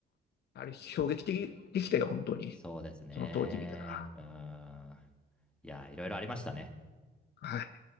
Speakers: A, on the left; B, in the centre.
A: あれ、衝撃的でしたよ、本当に。
B: そうですね。
A: その当時見たら。
B: うーん。いや、いろいろありましたね。
A: はい。